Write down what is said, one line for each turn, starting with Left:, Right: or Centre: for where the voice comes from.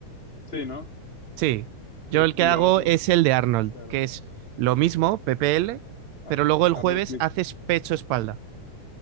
Left: sí, ¿no?
Right: Sí. Yo
Left: Porque,
Right: el que
Left: y
Right: hago
Left: luego, pues,
Right: es el de Arnold,
Left: claro,
Right: que es lo mismo, PPL,
Left: a-
Right: pero luego el
Left: Arnold
Right: jueves
Left: Split.
Right: haces pecho-espalda,